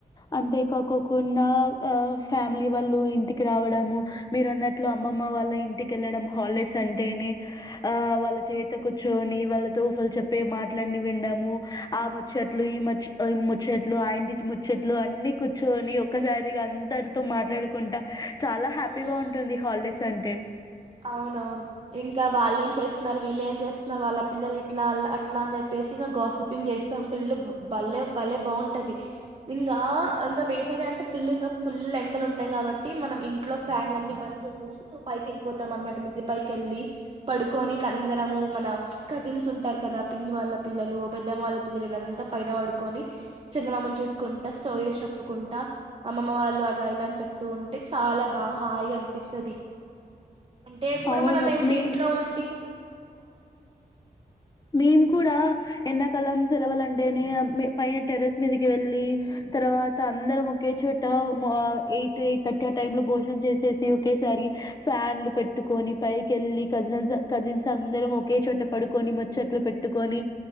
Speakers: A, on the left; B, on the right.
A: అంటే కోకోకుండా. ఆ ఫ్యామిలీ వాళ్ళు ఇంటికి రావడము. మీరు అన్నట్లు అమ్మమ్మ వాళ్ళ ఇంటికి ఎళ్ళడం, హాలిడేస్ అంటేనే. ఆ వాళ్ళ చేతకు ర్చొని వాళ్ళతో వాళ్ళు చెప్పే మాటలన్నీ విన్డము. ఆ ముచ్చట్లు, ఈ ముచ్చ్ <unintelligible> ముచ్చేట్లు అయింటిస్ ముచ్చట్లు, అన్ని కూర్చోని ఒక్కసారిగా అందరితో మాట్లాడుకుంటా, చాలా హ్యాపీగా
B: ఈ
A: ఉంటుంది, హాలిడేస్ అంటే.
B: అవునవును. ఇంకా వాళ్ళ ఏం చేస్తున్నారు, వీళ్ళేం చేస్తున్నారు వాళ్ళ పిల్లలు ఇట్లా, ఆల్ అట్ ఇట్లా అని జేప్పేసి, ఇగా గాసిపింగ్ చేస్తాం. ఫుల్ బల్లేెం. భలే బాగుంటది. ఇంగా ఇంగా వేసవి అంటే ఫుల్, ఇంగా ఫుల్ ఎండలు ఉంటాయి కాబట్టి, మనం మనం ఇంట్లో ఫ్యాన్లు అన్ని బంద్ జేసేసి, పైకి ఎళ్ళిపోత్ తమ్ అన్నమాట. మిద్దెపైకి ఎళ్ళి, పడుకొని ఇట్లా అందరము మన కజిన్స్ ఉంటారు కదా, పిన్ని వాళ్ళ పిల్లలు, పెద్దమ్మ వాళ్ళ పిల్లలంతా పైన పడుకొని, చందమామను చూసుకుంటా, స్టోరీస్ చెప్పుకుంటా టా అమ్మమ్మ వాళ్ళు అట్లా, ఇలా అని చెప్తూ ఉంటే చాలా బా, హాయిగా అనిపిస్తది. అంటే, ఎప్పుడు
A: అవును.
B: మనం ఏంటి
A: మేం
B: ఇంట్లో ఉంటి
A: మేము కూడా, ఎండాకాలం సెలవుల్లంటేనే మేం పైన టెర్రస్ మీదకి వెళ్ళి, తర్వాత అందరం ఒకే చోట ఆ ఎయిట్, ఎయిట్ థర్టీ అట్ టైంలో భోజనం చేసేసి ఒకేసారి, ఫ్యాన్లు పెట్టుకొని, పైకి ఎళ్ళి కజన్స్, కజిన్స్ అందరం ఒకే చోట పడుకొని ముచ్ చట్లు పెట్టుకొని,